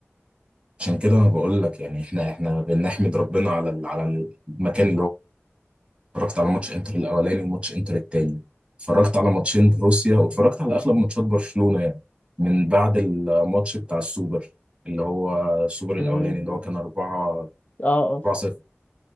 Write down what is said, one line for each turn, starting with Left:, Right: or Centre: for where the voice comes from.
Right: عشان كده انا بقول لك يعني احنا احنا بنحمد ربنا على ال- على المكان اللي هو اتفرجت على ماتش انتر الاولاني وماتش انتر التاني اتفرجت على ماتشين روسيا واتفرجت على اغلب ماتشات برشلونة يعني من بعد الماتش بتاع السوبر اللي هو السوبر الاولاني
Left: امم
Right: اللي هو كان 4
Left: اه اه
Right: 4 0